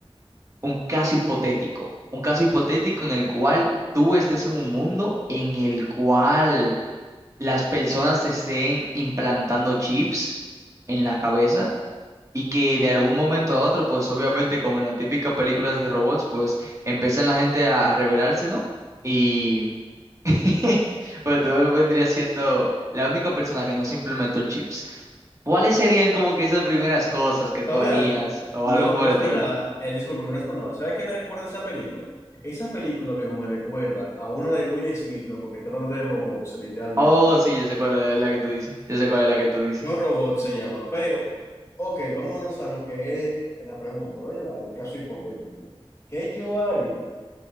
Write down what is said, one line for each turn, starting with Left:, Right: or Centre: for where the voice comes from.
Right: un caso hipotético, un caso hipotético en el cual tú estés en un mundo en el cual las personas se estén implantando chips en la cabeza y que de algún momento a otro, pues obviamente como en las típicas películas de robots, pues empiezan la gente a rebelarse, ¿no? Y <laughs> pues tú vendrías siendo la única persona que no se implementó el chips. ¿Cuáles serían como que esas primeras cosas que tú
Left: ¿Sabe
Right: harías
Left: algo?
Right: o
Left: No,
Right: algo por
Left: no
Right: el
Left: es
Right: estilo?
Left: por nada, eh, discúlpame, no es por nada. ¿Sabe qué me recuerda esa película? Esa película, viejo, me recuerda a una de Will Smith, loco, que trata de robots, literalmente.
Right: Oh, sí, yo sé cuál es la que tú dices. Yo sé cuál es la que tú dices.
Left: No Robot se llama, pero, ok, vámonos a lo que es la pregunta, oye, la- el caso hipotético. ¿Qué yo haría?